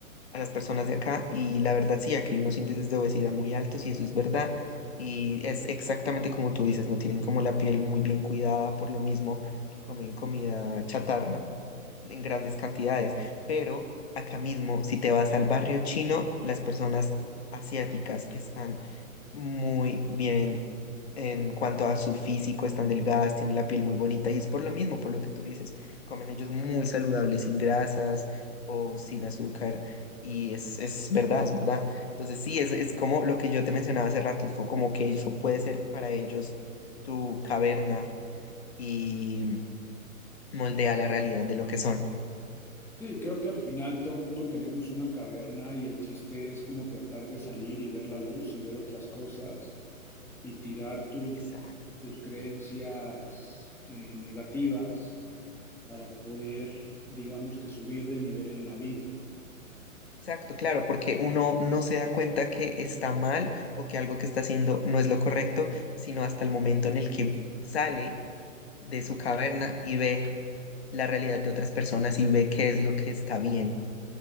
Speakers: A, on the left (about 45°); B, in the centre.
A: a las personas de acá y la verdad sí, aquí hay unos índices de obesidad muy altos y eso es verdad. Y es exactamente como tú dices, no tienen como la piel muy bien cuidada por lo mismo que comen comida chatarra en grandes cantidades. Pero acá mismo, si te vas al barrio chino, las personas asiáticas están muy bien en cuanto a su físico, están delgadas, tienen la piel muy bonita y es por lo mismo, por lo que tú dices, comen ellos muy saludables, sin grasas o sin azúcar y es, es verdad, es verdad. Entonces sí, es, es como lo que yo te mencionaba hace rato, fue como que eso puede ser para ellos su caverna y moldea la realidad de lo que son.
B: Sí, creo que al final todo el mundo tenemos una caverna y el chiste es como tratar de salir y ver la luz y ver otras cosas y tirar tus,
A: Exacto.
B: tus creencias eh, negativas para poder, digamos que subir de nivel en la vida.
A: Exacto, claro, porque uno no se da cuenta que está mal o que algo que está haciendo no es lo correcto, sino hasta el momento en el que sale de su caverna y ve la realidad de otras personas y ve qué es lo que está bien.